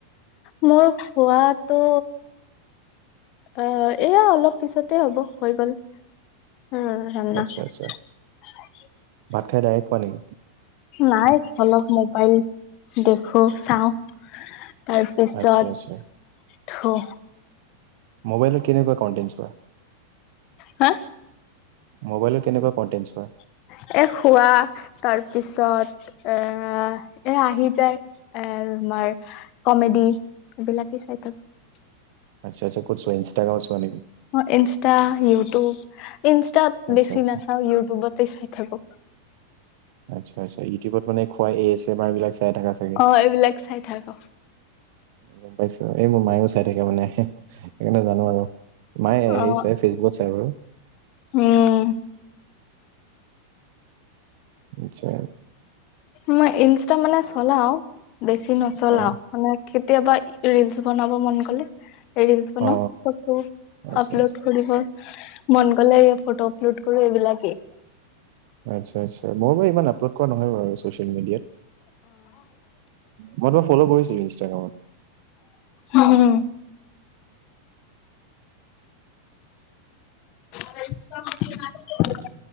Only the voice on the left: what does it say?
মোৰ খোৱাটো আহ এয়া অলপ পিছতে হ'ব হৈ গল। উম,
<unintelligible>
নাই অলপ মোবাইল দেখো চাওঁ। তাৰপিছত
ঢৌ
হা?
<inaudible> এ খোৱা তাৰ পিছত এ এ আহি যায় এ তোমাৰ কমেডি এইবিলাকে চাই থাকো।
অ' ইনষ্টা, ইউটুব। ইনষ্টাত
বেছি
নাচাওঁ ইউটুবতে চাই থাকো।
অ' এইবিলাক চাই থাকো।
অ
উম
মই ইনষ্টা মানে চলাও বেছি নচলাও
মানে কেতিয়াবা ৰিলচ বনাব মন গলে ৰিলছ্ বনাও,
ফটো
আপলোড
কৰিব মন গলে ফটো আপলোড কৰো এইবিলাকে।
উম। <unintelligible>